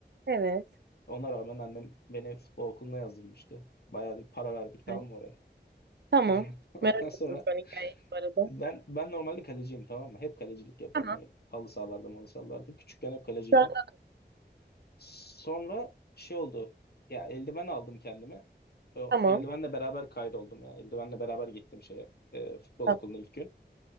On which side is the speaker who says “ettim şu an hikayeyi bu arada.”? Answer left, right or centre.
Right